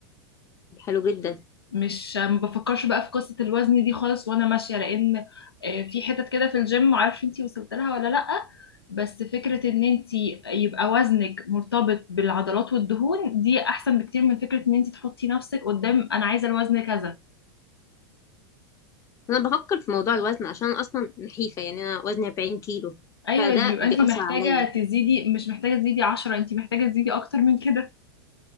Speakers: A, on the left; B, on the left.
A: حلو جدا
B: مش ما بفكرش بقى في قصة الوزن دي خالص وانا ماشية لان آه، في حتت كده في الجيم معرفش انتي وصلت لها ولا لأ بس فكرة ان انتي يبقى وزنك مرتبط بالعضلات والدهون دي احسن بكتير من فكرة ان انتي تحطي نفسك قدام انا عايزة الوزن كذا
A: انا بفكر في موضوع الوزن عشان انا اصلا نحيفه يعني انا وزني 40 كيلو
B: ايوه
A: فده
B: يبقى
A: بيأثر
B: انتي محتاجة
A: عليا
B: تزيدي مش محتاجة تزيدي عشرة انتي محتاجة تزيدي اكتر من كده